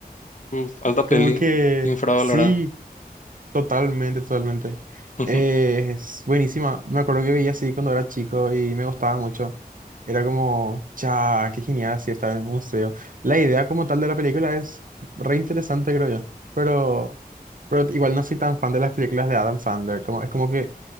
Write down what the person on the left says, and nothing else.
Uf, alta
peli,
infravalorada.
<laughs>